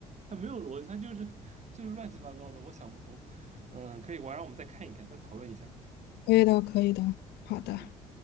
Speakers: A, on the right; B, on the left.
A: 他没有逻辑，他就是就是乱七八糟的，我想不通。嗯，可以，晚上我们再看一看，再讨论一下。
B: 可以的，可以的，好的。
A: 嗯。